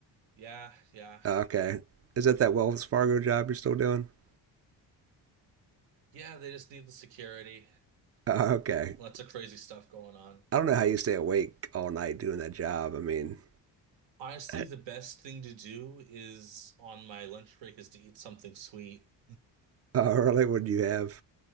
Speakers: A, on the right; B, on the right.
A: Yeah, yeah,
B: Oh, okay. Is that that Wells Fargo job you're still doing? <laughs>
A: yeah. They just need the security.
B: Oh, okay.
A: Lo- Lots of crazy stuff going on.
B: I don't know how you stay awake all night doing that job. I mean,
A: Honestly,
B: Uh,
A: the best thing to do is on my lunch break is to eat something sweet.
B: oh, really? What do you have?